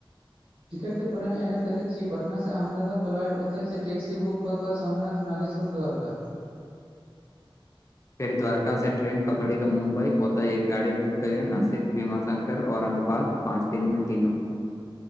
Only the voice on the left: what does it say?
फेर द्वारका से ट्रेन पकड़ी क मुम्बई ओतय एक गाड़ी बुक क है नासिक सिमा शङ्शंकर औरङंगाबाद पाँच दिनमे तीनो